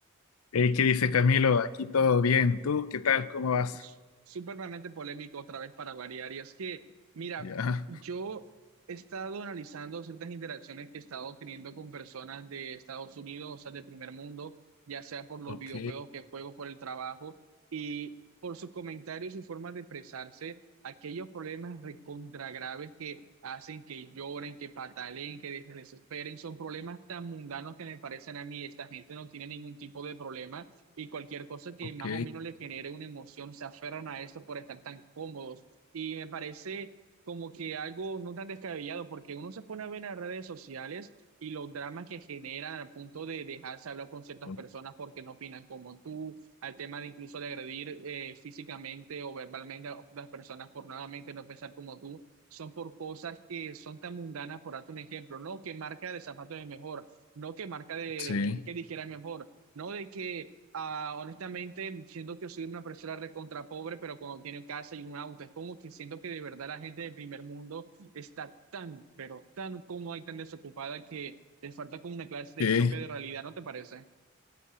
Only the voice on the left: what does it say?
Hey, ¿qué dice Camilo? Aquí todo bien. ¿Tú qué tal? ¿Cómo vas?
Ya,
ok,
ok,
ok.
Sí,
ok.